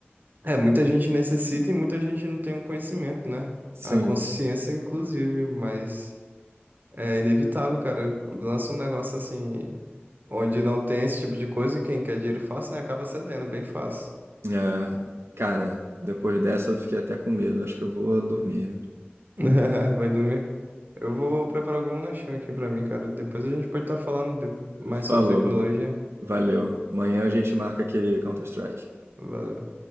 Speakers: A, on the right; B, on the right.
A: É, muita gente necessita e muita gente não tem um conhecimento, né?
B: Sim.
A: A consciência, inclusive, mas é inevitável, cara. Lança um negócio assim, onde não tem esse tipo de coisa e quem quer dinheiro fácil, né, acaba cedendo bem fácil.
B: É, cara, depois dessa eu fiquei até com medo. Acho que eu vou dormir.
A: <laughs> Vai dormir. Eu vou preparar algum lanchão aqui pra mim, cara. Depois a gente pode estar falando de- mais
B: Falou.
A: sobre tecnologia.
B: Valeu. Amanhã a gente marca aquele Counter-Strike.
A: Valeu.